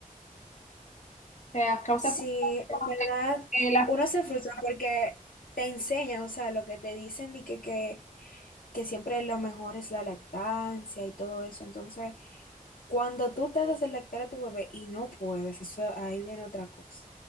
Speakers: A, on the left (about 55°); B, on the left (about 75°).
A: sea, causa
B: Sí,
A: frustración.
B: en verdad,
A: que- que la-
B: uno se frustra porque te enseñan, o sea, lo que te dicen de que, que que siempre lo mejor es la lactancia y todo eso. Entonces, cuando tú tratas de lactar a tu bebé y no puedes, eso ahí viene otra cosa.